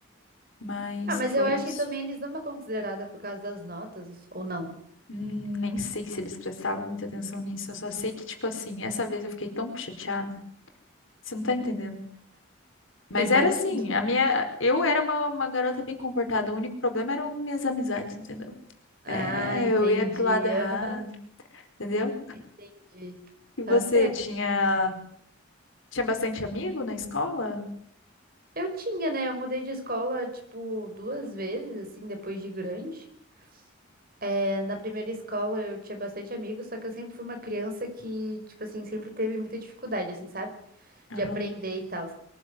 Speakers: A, on the left; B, on the right.
A: Mas
B: Ah, mas
A: foi
B: eu acho
A: isso.
B: que também eles dão uma considerada por causa das notas, ou não?
A: Hum, nem sei se eles prestavam muita atenção nisso. Eu só sei que, tipo assim, essa vez eu fiquei tão chateada. Você não tá entendendo?
B: <laughs>
A: Mas
B: Imagino.
A: era assim, a minha, eu era uma, uma garota bem comportada, o único problema eram minhas amizades, entendeu?
B: Ah,
A: É,
B: entendi.
A: eu ia pro lado errado,
B: aham,
A: entendeu?
B: Entendi.
A: E
B: Tá
A: você
B: certo.
A: tinha, tinha bastante amigo na escola?
B: Eu tinha, né? Eu mudei de escola, tipo, duas vezes, assim, depois de grande. É, na primeira escola eu tinha bastante amigos, só que eu sempre fui uma criança que, tipo assim, sempre teve muita dificuldade, assim, sabe?
A: Aham.
B: De aprender e tal.